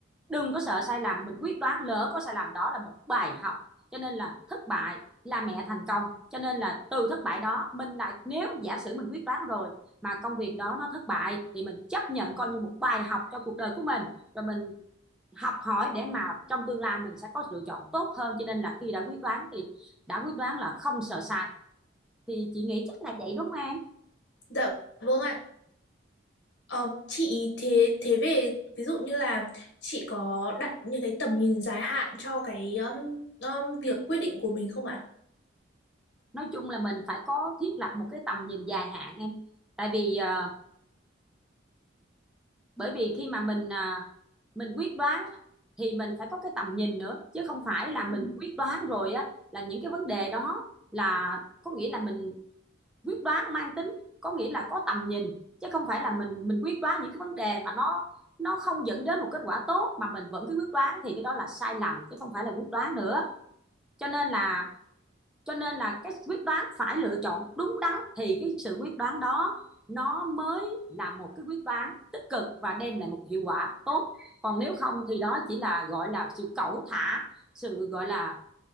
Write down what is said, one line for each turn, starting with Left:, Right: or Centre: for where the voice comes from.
Centre: đừng có sợ sai lầm mình quyết đoán lỡ có sai lầm đó là một bài học cho nên là thất bại là mẹ thành công cho nên là từ thất bại đó mình lại nếu giả sử mình quyết đoán rồi mà công việc đó nó thất bại thì mình chấp nhận coi như một bài học cho cuộc đời của mình rồi mình học hỏi để mà trong tương lai mình sẽ có lựa chọn tốt hơn cho nên là khi đã quyết đoán thì đã quyết đoán là không sợ sai thì chị nghĩ chắc là vậy đúng không em
Left: Dạ vâng ạ. Ờ, chị thế thế về ví dụ như là chị có đặt những cái tầm nhìn dài hạn cho cái um, um, việc quyết định của mình không ạ?
Centre: nói chung là mình phải có thiết lập một cái tầm nhìn dài hạn em tại vì ờ, bởi vì khi mà mình ờ, mình quyết đoán á, thì mình phải có cái tầm nhìn nữa chứ không phải là mình
Left: Ừ.
Centre: quyết đoán rồi á là những cái vấn đề đó là có nghĩa là mình quyết đoán mang tính có nghĩa là có tầm nhìn chứ không phải là mình mình quyết đoán những cái vấn đề mà nó nó không dẫn đến một kết quả tốt mà mình vẫn cứ quyết đoán thì cái đó là sai lầm chứ không phải là quyết đoán nữa cho nên là cho nên là cái quyết đoán phải lựa chọn đúng đắn thì cái sự quyết đoán đó nó mới là một cái quyết đoán tích cực và đem lại một hiệu quả tốt còn nếu không thì đó chỉ là gọi là sự cẩu thả sự gọi là